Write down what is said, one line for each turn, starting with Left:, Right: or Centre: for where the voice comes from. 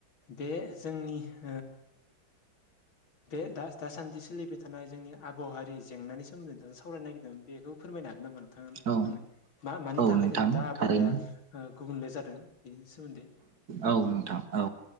Left: बे जोंनि ओ बे दा दासान्दि सोलिबाय थानाय जोंनि आबहावारि जेंनानि सोमोन्दै नोंथां सावरायनो‌‌ नागिरदोंमोन। बेखौ फोरमायनो हागोन नामा? थाङा
Right: औ
Left: होननाय मा मानि
Right: औ
Left: थाखाय
Right: नोंथां
Left: जोंनो दा आबहावाया
Right: थारैनो
Left: गुबुनले जादों बेनि सोमोन्दै।
Right: औ नोंथां औ